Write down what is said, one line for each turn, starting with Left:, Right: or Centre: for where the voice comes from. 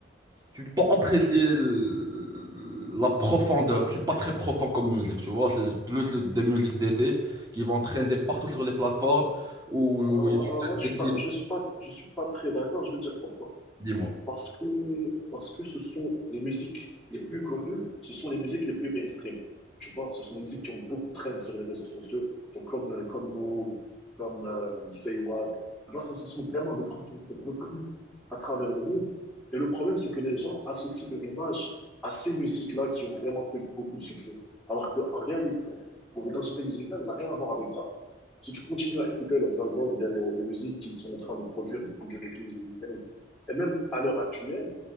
Right: tu peux pas apprécier le- la profondeur. C'est pas très profond comme musique, tu vois. C'est plus le- des musiques d'été qui vont traîner partout sur les plateformes où, où
Centre: Alors
Right: ils vont faire
Centre: alors là,
Right: des
Centre: je suis
Right: clips,
Centre: pas, je suis pas, je suis pas très d'accord. Je vais te dire pourquoi.
Right: dis-moi.
Centre: Parce que, parce que ce sont les musiques les plus connues, ce sont les musiques les plus mainstream. Tu vois, ce sont les musiques qui ont beaucoup traîné sur les réseaux sociaux, genre comme, euh, comme Move, comme euh, Say What. Tu vois, ça, ce sont vraiment des groupes qui ont été repris à travers le monde. Et le problème, c'est que les gens associent leur image à ces musiques-là qui ont vraiment fait beaucoup de succès. Alors qu'en réalité, leur identité musicale n'a rien à voir avec ça. Si tu continues à écouter leurs albums, ou bien les, les musiques qu'ils sont en train de produire depuis 2012-2015, et même à l'heure actuelle,